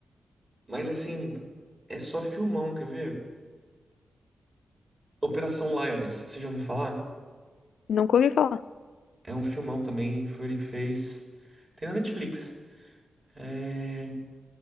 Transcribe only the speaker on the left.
Nunca ouvi falar.